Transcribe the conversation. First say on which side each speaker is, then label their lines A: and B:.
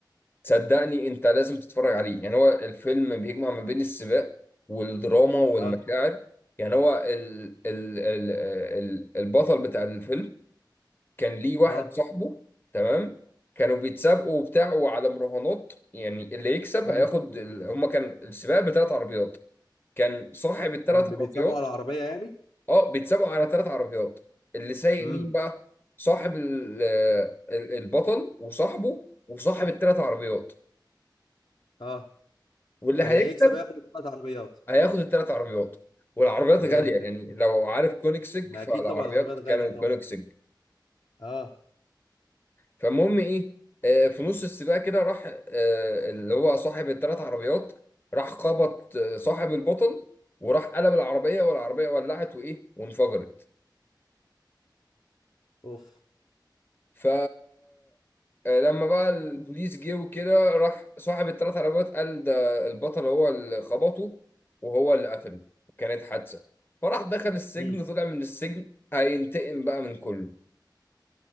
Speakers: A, on the left; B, on the left.
A: صدقني انت لازم تتفرج عليه يعني هو الفيلم بيجمع ما بين السباق والدراما والمشاعر
B: اه
A: يعني هو ال ال ال ال البطل بتاع الفيلم كان ليه واحد
B: اه
A: صاحبه تمام كانوا بيتسابقوا وبتاعوا على مراهنات يعني اللي يكسب
B: امم
A: هياخد ال... هما كان السباق بثلاث عربيات كان صاحب الثلاث
B: رب
A: عربيات
B: بيتسابقوا على العربيه يعني
A: اه بيتسابقوا على ثلاث عربيات اللي سايق
B: امم
A: مين بقى صاحب ال... ال- البطل وصاحبه وصاحب الثلاث عربيات
B: اه
A: واللي
B: فاللي
A: هيكسب
B: هيكسب ياخد ثلاث عربيات
A: هياخد الثلاث عربيات والعربيات
B: ده
A: غالية
B: جامد ده
A: يعني لو عارف كونيكسج
B: ما
A: فالعربيات
B: اكيد طبعا العربيات
A: كانوا
B: غاليه طبعا
A: كونيكسج
B: اه
A: فالمهم ايه آه في نص السباق كده راح آه اللي هو صاحب الثلاث عربيات راح خبط آه، صاحب البطل وراح قلب العربية والعربية ولعت وايه وانفجرت
B: اوف
A: ف آه، لما بقى البوليس جه وكده راح صاحب الثلاث عربيات قال ده البطل هو اللي خبطه وهو اللي قتله كانت حادثة فراح دخل السجن
B: امم
A: طلع من السجن هينتقم بقى من كله